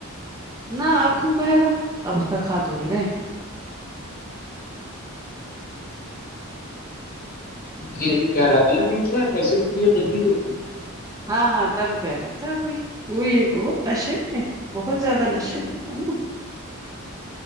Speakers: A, on the right; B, on the left.
A: نہ اب کیوں کہے گا اپ اس کا کاتھ اڑی رہے ہیں
B: یہ ابھی کہہ رہا تھا نا بیچ میں پیسے بھی دیے بیٹھنے کو
A: ہاں ہاں تب کہہ رہے تھا کچھ وہئی بہت نشے میں بہت زیادہ نشے میں تھا